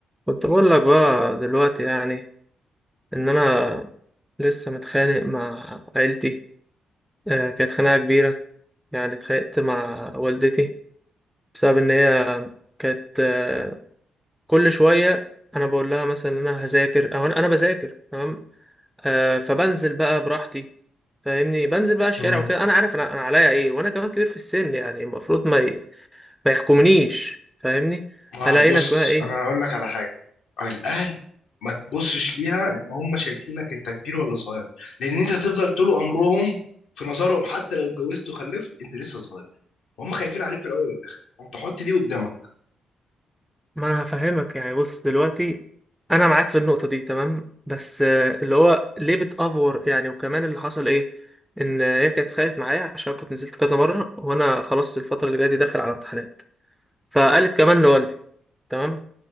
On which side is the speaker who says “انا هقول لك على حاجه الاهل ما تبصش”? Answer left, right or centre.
Left